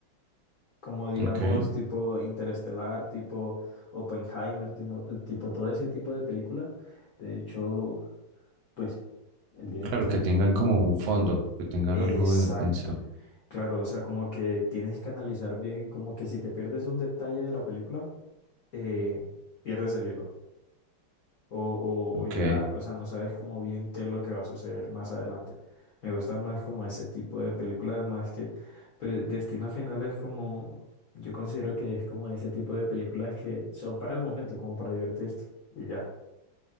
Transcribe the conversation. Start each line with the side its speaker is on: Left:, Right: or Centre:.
Left: como digamos
Right: Ok,
Left: tipo Interestelar, tipo Oppenheimer, tipo, tipo todo ese tipo de películas. De hecho, pues el director...
Right: claro, que tengan como un fondo, que tengan
Left: Exacto.
Right: algo de pensamiento.
Left: Claro, o sea, como que tienes que analizar bien, como que si te pierdes un detalle de la película, eh, pierdes el hilo. o, o,
Right: Ok,
Left: o ya, o sea, no sabes como bien qué es lo que va a suceder más adelante. Me gustan más como ese tipo de películas, más que pues, Destino Final es como, yo considero que es como ese tipo de películas que son para el momento, como para divertirte. Y ya.